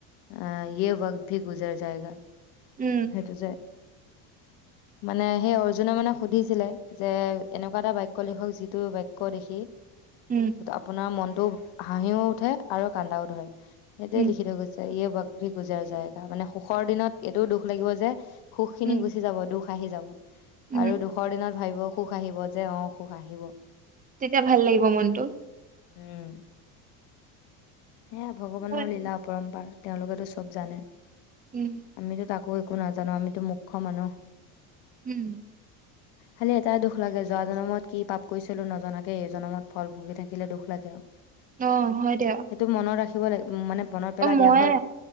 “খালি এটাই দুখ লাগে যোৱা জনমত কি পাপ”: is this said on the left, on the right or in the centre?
Left